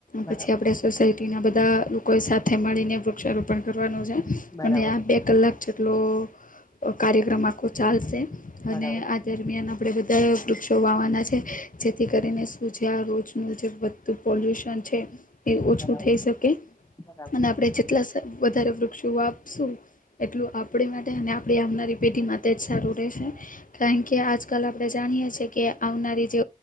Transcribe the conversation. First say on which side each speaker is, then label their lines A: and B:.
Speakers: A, on the left (about 20°); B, on the left (about 60°).
A: બરાબર
B: પછી આપડે સોસાયટી ના બધા લોકો સાથે મળીને વૃક્ષારોપણ કરવાનું છે.
A: બરાબર
B: અને આ બે કલાક જેટલો કાર્યક્રમ આખો ચાલશે. અને
A: બરાબર
B: આ દરમિયાન આપડે બધા વ જોવાવાના છે, જેથી કરીને શું જે આ રોજનું જે પોલ્યુશન છે, એ ઓછું
A: બરાબર
B: થઈ શકે,
A: બરાબર
B: અને આપણે જેટલા- - વધારે વૃક્ષો વાવીશું, એટલું આપણી માટે અને આપણી આવનારી પેઢીમાં- - તે જ સારું રહેશે,
A: બરાબર
B: કારણ કે આજ આજકાલ આપણે જાણીએ છીએ કે, આવનારી જે